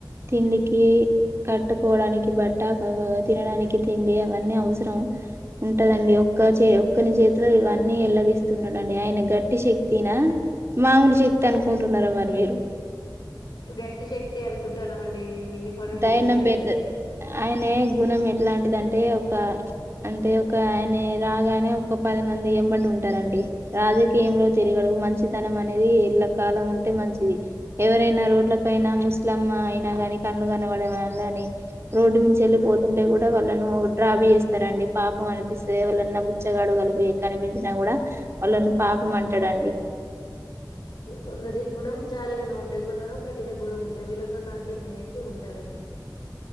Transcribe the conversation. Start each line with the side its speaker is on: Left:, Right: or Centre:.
Right: తిండికి కట్టుకోడానికి బట్ట తినడానికి తిండి అవన్నీ అవసరం ఉంటదండి ఒక్క చే ఒక్కని చేతిలో ఇవన్నీ ఎల్ల తీస్తున్నాడంండి ఆయన గట్టి శక్తిన మామూలు శక్తి అనుకుంటున్నారా మరి మీరు
Left: గట్టి శక్తి అనుకుంటున్నామండి మేము ఇన్ని పనులు
Right: దైైనం
Left: చేస్తానంటే
Right: పెద్ద ఆయన గుణం ఎట్లాంటిది అంటే ఒక అంటే ఒక ఆయన రాగానే ఒక పది మంది ఎమ్మడి ఉంటారుంటడి రాజకీయంలో తిరగడు మంచితనం అనేది ఇళ్ల కాలం ఉంటే మంచిది ఎవరైనా రోడ్లపైనా ముస్లిం అయినా కాని పనులు కనవడని రోడ్డు నుంచి వెళ్ళిపోతుంటే కూడా వాళ్ళను డ్రాబ చేస్తారండి పాపం అనిపిస్తా వాళ్ళ నా బుచ్చగాడు కలిపి కనిపించినా కూడా వాళ్ళను పాపం అంటాడండి
Left: కొందరి గుణం జాలీ గుణం ఉంటుంది కొందరు కఠిన గుణం ఉంటంది వీళ్ళతో నాకే ననేసి ఉంటారంండి